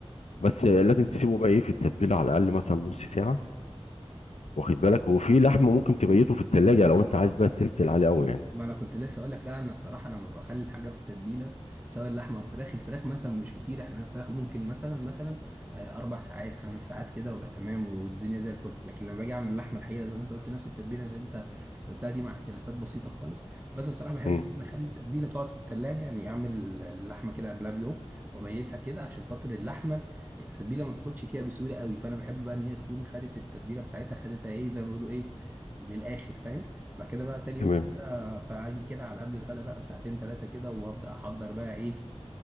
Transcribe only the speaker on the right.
ما انا كنت لسه اقول لك لا انا الصراحه لما بخلي الحاجه في التتبيله سواء اللحمه او الفراخ الفراخ مثلا مش كتير احنا الفراخ ممكن مثلا مثلا آه، اربع ساعات خمس ساعات كده وابقى تمام والدنيا زي الفل لكن لما باجي اعمل اللحمه الحقيقه زي ما انت قلت نفس التتبيله اللي انت قلتها دي مع اختلافات بسيطه خالص بس الصراحه بحب
ان انا اخلي التتبيله تقعد في التلاجة يعني اعمل اللحمه كده قبلها بيوم وابيتها كده عشان خاطر اللحمه التتبيله ما بتاخدش فيها بسهوله قوي فانا بحب بقى ان هي تكون خدت التتبيله بتاعتها خدتها ايه زي ما بيقولوا ايه للاخر فاهم بعد كده بقى تاني يوم
آه، فاجي كده على قبل الغدا بقى بساعتين ثلاثه كده وابدا احضر بقى ايه